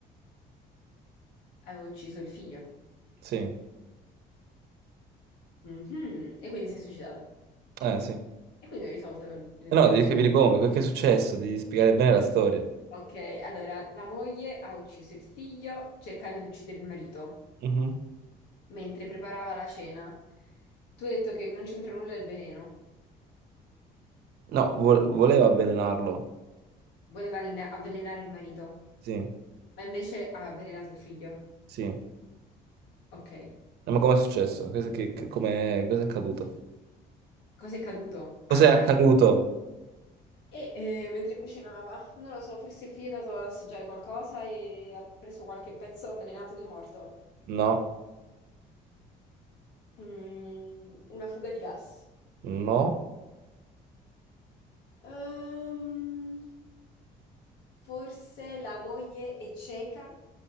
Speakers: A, on the left (about 80°); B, on the right (about 70°).
A: Aveva ucciso il figlio.
B: sì,
A: Mhm. E quindi si è suicidato.
B: eh sì. Eh,
A: E quindi hai risolto l'enigma.
B: No, devi capire come, che che è successo, devi spiegare bene la storia.
A: Ok, allora la moglie ha ucciso il figlio cercando di uccidere il marito
B: Mhm.
A: mentre preparava la cena. Tu hai detto che non c'entra nulla il veleno.
B: No, vo- voleva avvelenarlo.
A: Voleva allena- avvelenare il marito,
B: Sì,
A: ma invece ha avvelenato il figlio.
B: sì.
A: Ok,
B: No, ma com'è successo? Cosa, che, che- com'è- cosa è accaduto?
A: cosa è caduto?
B: Cos'è
A: Ah,
B: accaduto?
A: ah, e eh, mentre cucinava, non lo so, forse il figlio è andato a assaggiare qualcosa e ha preso qualche pezzo avvelenato ed è morto.
B: No,
A: Mm, una fuga di gas.
B: no,
A: Ehm, forse la moglie è cieca